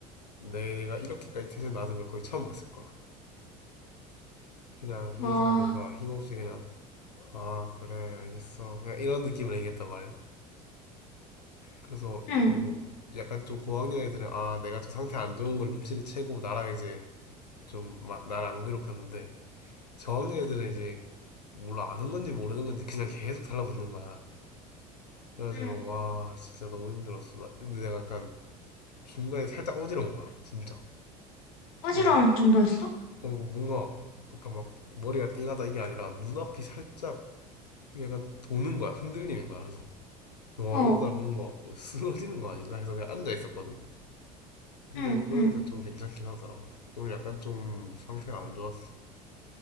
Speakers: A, on the left; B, on the left.
A: 내가 이렇게까지 텐션 낮은 걸 거의 처음 봤을 거야. 그냥 항상
B: 와,
A: 뭔가 힘없이 그냥, 아, 그래, 알겠어. 그냥 이런 느낌을 얘기했단 말이야. 그래서
B: 응,
A: 뭐 약간 좀 고학년 애들은 아, 내가 좀 상태 안 좋은 걸 눈치를 채고 나랑 이제 좀 마- 나를 안 괴롭혔는데 저학년 애들은 이제 몰라 아는 건지 모르는 건지 그냥 계속 달라붙는 거야. 그래가지고
B: 응.
A: 와, 진짜 너무 힘들었어. 나- 근데 내가 약간 중간에 살짝 어지러운 거야, 진짜.
B: 어지러울
A: 어,
B: 정도였어?
A: 어, 뭔가, 그러니까 막 머리가 띵하다 이게 아니라 눈앞이 살짝 이게 약간 도는 거야. 흔들리는 거야. 그래서 와,
B: 어,
A: 이러다 뭔가 쓰러지는 거 아닌가 해서 그냥 앉아 있었거든. 근데
B: 응,
A: 그러니까
B: 응.
A: 좀 괜찮긴 하더라. 그래서 오늘 약간 좀 상태가 안 좋았어.